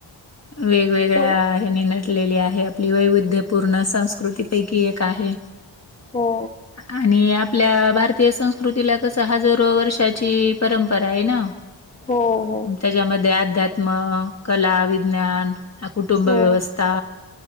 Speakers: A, on the left (about 30°); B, on the left (about 15°).
A: वेगवेगळ्या
B: कोण
A: त्यानी नटलेली आहे. आपली वैविध्य पूर्ण संस्कृतीपैकी एक आहे.
B: हो.
A: आणि आपल्या भारतीय संस्कृतीला कसं हाजारो वर्षाची परंपरा आहे ना.
B: हो.
A: त्याच्यामध्ये अध्यात्म, कला, वि ज्ञान हा कुटुंबव्यवस्था
B: हो